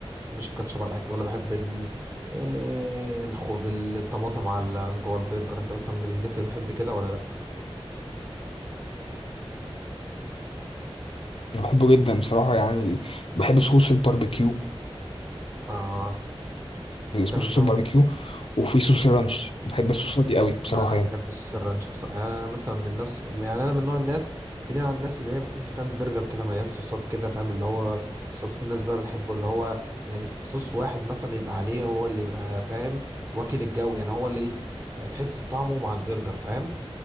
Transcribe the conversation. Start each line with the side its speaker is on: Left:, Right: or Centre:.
Right: ما بحبش الكاتشب على الاكل ولا بحب ال آه، الخوض الطماطم على جوه البرجر انت مثلا من الناس اللي بتحب كده ولا لا
Left: أنا بحبه جدا بصراحة يعني بحب صوص الباربيكيو
Right: اه
Left: اسمه
Right: انت من
Left: صوص
Right: نوع
Left: الباربيكيو وفي صوص الرانش بحب الصوصات دي قوي بصراحة
Right: انا
Left: يعني
Right: بحب السوس الرانش بصراحه يعني انا مثلا من نفس يعني انا من نوع الناس في نوع الناس اللي هي بتحب فاهم البرجر كده مليان صوصات كده فاهم اللي هو صوصات في الناس بقى بتحبه اللي هو يعني في صوص واحد مثلا يبقى عليه هو اللي يبقى فاهم واكل الجو يعني هو اللي يد- تحس بطعمه مع البرجر فاهم